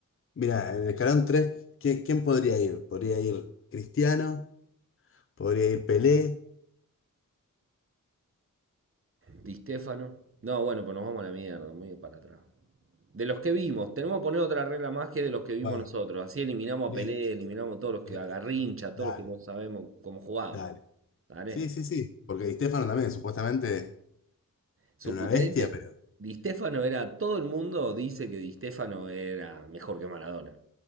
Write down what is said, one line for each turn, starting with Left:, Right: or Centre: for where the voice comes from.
Left: Mira, en el escalón tres ¿quién, quién podría ir? ¿Podría ir Cristiano? ¿Podría ir Pelé?
Right: Di Stefano. No, bueno, pues nos vamos a la mierda, muy para atrás. De los que vimos, tenemos que poner otra regla más que de los que vimos
Left: Bueno,
Right: nosotros. Así eliminamos
Left: listo.
Right: a Pelé, eliminamos a todos los que
Left: Eh,
Right: a Garrincha, a
Left: Dale,
Right: todos los que no sabemos cómo jugaban.
Left: dale.
Right: ¿Vale?
Left: Sí, sí, sí. Porque Di Stéfano también, supuestamente,
Right: Supuestamente,
Left: era una bestia, pero
Right: Di Stefano era. Todo el mundo dice que Di Stefano era mejor que Maradona.